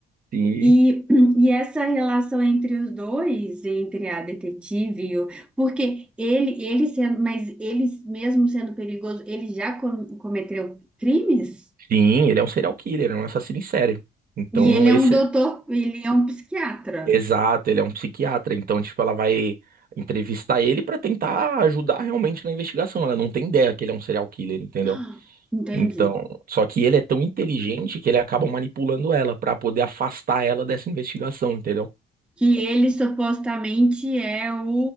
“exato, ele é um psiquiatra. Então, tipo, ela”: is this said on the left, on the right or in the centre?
Right